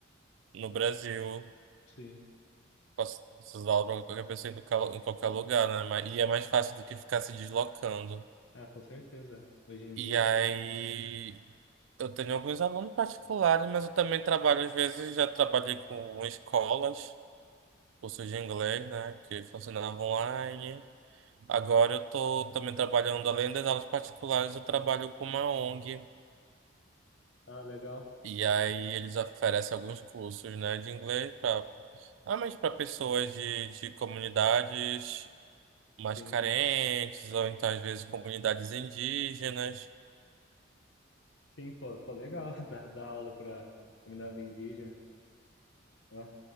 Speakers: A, on the right (about 75°); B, on the left (about 70°).
A: no Brasil.
B: Sim.
A: Posso usar ela pra qualquer pessoa em qualquer em qualquer lugar, né? Mas- E é mais fácil do que ficar se deslocando.
B: Ah, com certeza. é. Hoje em
A: E
B: dia.
A: aí,
B: é.
A: eu tenho alguns alunos particulares, mas eu também trabalho, às vezes, já trabalhei com escolas, cursos de inglês, né, que funcionavam online. Agora eu tô também trabalhando, além das aulas particulares, eu trabalho com uma ONG.
B: Ah, legal.
A: E aí eles oferecem alguns cursos, né, de inglês, pra, ah, mas para pessoas de, de comunidades. mais
B: Sim.
A: carentes, ou então às vezes comunidades indígenas.
B: Sim, pô, pô, legal. <laughs> Dar dar aula para comunidade indígena. Ah,